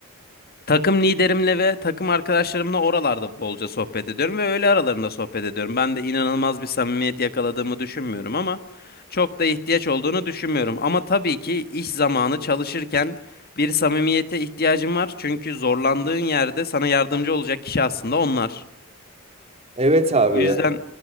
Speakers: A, on the left; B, on the right.
A: Takım liderimle ve takım arkadaşlarımla oralarda bolca sohbet ediyorum ve öğle aralarında sohbet ediyorum. Ben de inanılmaz bir samimiyet yakaladığımı düşünmüyorum ama çok da ihtiyaç olduğunu düşünmüyorum. Ama tabii ki iş zamanı çalışırken bir samimiyete ihtiyacın var. Çünkü zorlandığın yerde sana yardımcı olacak kişi aslında onlar.
B: Evet abi
A: Bu yüzden
B: ya.